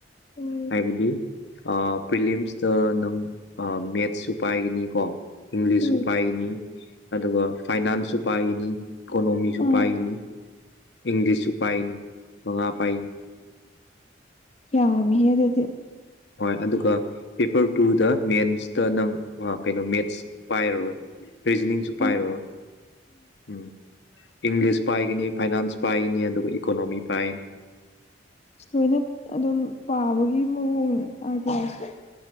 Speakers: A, on the left; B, on the left.
A: ꯎꯝ
B: ꯍꯥꯏꯕꯗꯤ ꯄ꯭ꯔꯤꯂꯤꯌꯝꯁꯇ ꯅꯪ ꯃꯦꯠꯁꯁꯨ ꯄꯥꯏꯒꯅꯤ ꯀꯣ ꯏꯪꯂꯤꯁꯁꯨ
A: ꯎꯝ
B: ꯄꯥꯏꯈꯤꯅꯤ ꯑꯗꯨꯒ ꯐꯥꯏꯅꯥꯟꯁꯁꯨ ꯄꯥꯏꯈꯤꯅꯤ ꯏꯀꯣꯅꯣꯃꯤꯁꯨ
A: ꯑꯥ
B: ꯄꯥꯏꯈꯤꯅꯤ ꯏꯪꯂꯤꯁꯁꯨ ꯄꯥꯏꯅꯤ ꯃꯉꯥ ꯄꯥꯏ
A: ꯌꯥꯝꯃꯤꯍꯦ ꯑꯗꯨꯗꯤ
B: ꯍꯣꯏ ꯑꯗꯨꯒ ꯄꯦꯄꯔ ꯇꯨꯗ ꯃꯦꯟꯁꯇ ꯅꯪ ꯀꯩꯅꯣ ꯃꯦꯠꯁ ꯄꯥꯏꯔꯔꯣꯏ ꯔꯤꯖꯅꯤꯡꯁꯨ ꯄꯥꯏꯔꯔꯣꯏ
A: ꯎꯝ
B: ꯎꯝ ꯏꯪꯂꯤꯁ ꯄꯥꯏꯒꯅꯤ ꯐꯥꯏꯅꯥꯟꯁ ꯄꯥꯏꯒꯅꯤ ꯑꯗꯨꯒ ꯏꯀꯣꯅꯣꯃꯤ ꯄꯥꯏꯒꯅꯤ
A: ꯂꯣꯏꯅ ꯑꯗꯨꯝ ꯄꯥꯕꯒꯤ ꯃꯑꯣꯡꯅꯦ ꯑꯥꯔ ꯄꯁꯦ